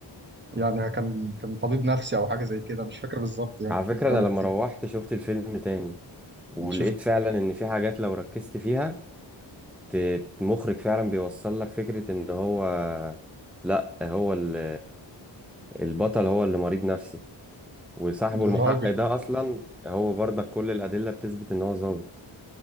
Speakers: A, on the right; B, in the centre.
A: يعني كان كان طبيب نفسي او حاجه زي كده مش فاكر بالظبط يعني
B: على
A: كان
B: فكرة
A: بقاله
B: انا
A: كتير
B: لما روحت شفت الفيلم تاني ولقيت
A: شفت
B: فعلا ان في حاجات لو ركزت فيها ت- المخرج فعلا بيوصل لك فكرة ان هو لا هو ال... البطل هو اللي مريض نفسي وصاحبه
A: ده
B: المحقق
A: راجل
B: ده اصلا هو برضك كل الادله بتثبت ان هو ظابط